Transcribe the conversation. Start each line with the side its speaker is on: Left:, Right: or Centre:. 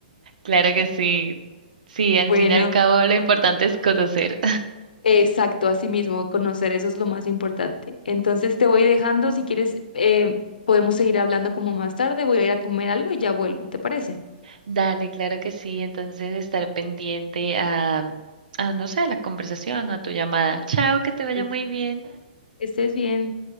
Right: Claro que sí. Sí, al
Left: Bueno,
Right: fin y al cabo lo importante es conocer.
Left: exacto, así mismo, conocer eso es lo más importante. Entonces te voy dejando, si quieres, eh, podemos seguir hablando como más tarde, voy a ir a comer algo y ya vuelvo, ¿te parece?
Right: Dale, claro que sí. Entonces, estar pendiente a, a, no sé, a la conversación o a tu llamada. Chao, que te vaya
Left: Mm.
Right: muy bien.
Left: Estés bien.